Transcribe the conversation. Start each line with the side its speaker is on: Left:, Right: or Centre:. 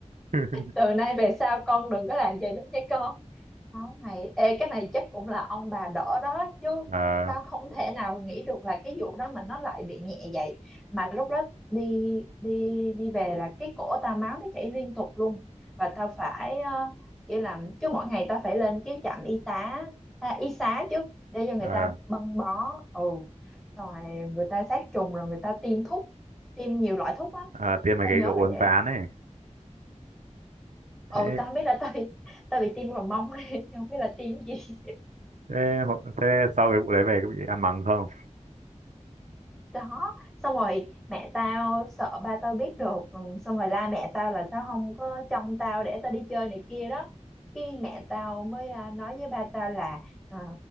Right: <laughs>
Centre: từ nay về sau con đừng có làm vậy nữa nha con Đó mày ê cái này chắc cũng là ông bà đỡ đó chứ
Right: ờ
Centre: tao không thể nào nghĩ được là cái vụ đó mà nó lại bị nhẹ vậy mà lúc đó đi đi đi về là cái cổ tao máu nó chảy liên tục luôn và tao phải ờ, kiểu làm cứ mỗi ngày tao phải lên cái trạm y tá à, y xá chứ để cho người
Right: ờ
Centre: ta băng bó ừ xong rồi người ta sát trùng rồi người ta tiêm thuốc tiêm nhiều loại thuốc lắm
Right: ờ, tiêm mấy
Centre: tao
Right: cái
Centre: nhớ
Right: kiểu uốn
Centre: là vậy
Right: ván
Centre: đó
Right: ấy thế
Centre: ừ tao không biết là tao bị tao bị tiêm vào mông <laughs> không biết là tiêm gì
Right: thế hộ- thế sau cái vụ đấy về có bị ăn mắng không
Centre: đó xong rồi mẹ tao sợ ba tao biết được ừ, xong rồi la mẹ tao là sao không có trông tao để tao đi chơi này kia đó cái mẹ tao mới à, nói với ba tao là ờ,